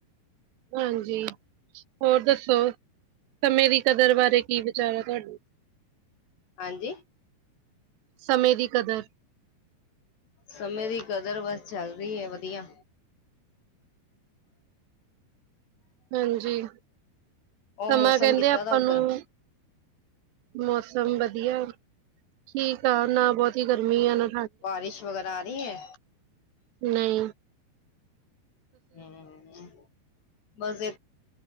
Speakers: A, on the right (about 80°); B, on the left (about 75°).
A: ਹਾਂਜੀ, ਹੋਰ ਦੱਸੋ ਸਮੇਂ ਦੀ ਕਦਰ ਬਾਰੇ ਕੀ ਵਿਚਾਰ ਆ ਤੁਆਡੇ?
B: ਹਾਂਜੀ।
A: ਸਮੇਂ ਦੀ ਕਦਰ।
B: ਸਮੇਂ ਦੀ ਕਦਰ ਬਸ, ਚੱਲ ਰੀਏ ਵਧੀਆ।
A: ਹੰਜੀ,
B: ਉਹ ਮੌਸਮ
A: ਸਮਾਂ ਕੈਂਦੇ
B: ਕਿੱਦਾਂ
A: ਆਪਾਂ
B: ਦਾ ਉੱਧਰ
A: ਨੂੰ ਮੌਸਮ ਵਧੀਆ, ਠੀਕ ਆ ਨਾ ਬੋਤੀ ਗਰਮੀ ਆ ਨਾ
B: ਬਾਰਿਸ਼ ਵਗੈਰਾ ਆ ਰੀਐ?
A: ਨਈ।
B: ਹੂੰ, ਬਸ ਏ